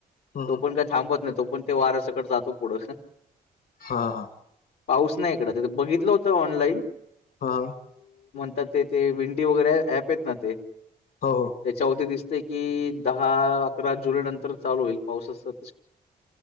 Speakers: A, on the left; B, on the left.
A: हम्म
B: तो पण काय थांबत नाही तो पण ते वऱ्या सकट जातो पुढं
A: हा हा.
B: पाऊस नाही इकड बघितलं होतं ऑनलाइन
A: हा
B: आ ते ते विंडी वगैरे अँप आहेत ना ते
A: हो हो.
B: त्याच्यावरती दिसते की दहा अकरा जुलै नंतर चालू होईल पावसाच